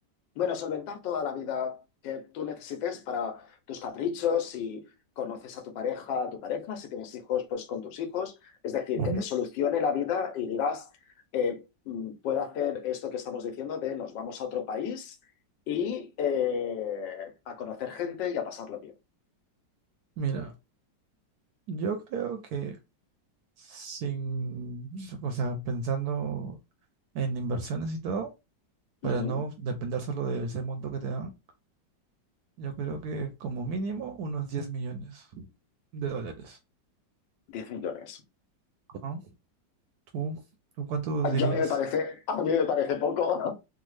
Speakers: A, on the left; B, on the right.
A: Bueno, solventar toda la vida que tú necesites para tus caprichos, si conoces a tu pareja, a tu pareja, si tienes hijos, pues con tus hijos. Es decir,
B: Ujú.
A: que te solucione la vida y digas, eh, mm, puedo hacer esto que estamos diciendo de nos vamos a otro país y eh, a conocer gente y a pasarlo bien.
B: Mira, yo creo que sin, o sea, pensando en inversiones y todo, para
A: Ujú.
B: no depender solo de ese monto que te dan, yo creo que como mínimo unos diez millones de dólares.
A: 10 millones.
B: Ajá. ¿Tú, tú cuánto dirías?
A: Yo a mí me parece, a mí me parece poco.